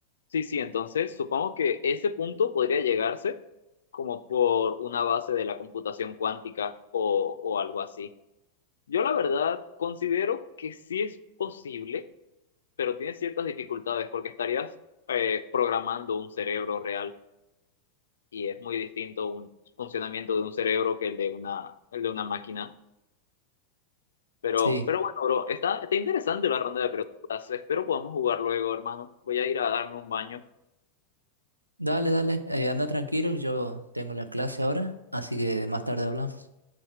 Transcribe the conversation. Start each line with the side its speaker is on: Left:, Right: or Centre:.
Left: sí, sí, entonces supongo que ese punto podría llegarse como por una base de la computación cuántica o, o algo así. Yo la verdad considero que sí es posible, pero tiene ciertas dificultades porque estarías eh, programando un cerebro real y es muy distinto un funcionamiento de un cerebro que el de una, el de una máquina. Pero,
Right: Sí.
Left: pero bueno, bro, está, está interesante la ronda de preguntas. Espero podamos jugar luego, hermano. Voy a ir a darme un baño.
Right: Dale, dale, eh, anda tranquilo, yo tengo la clase ahora, así que más tarde hablamos.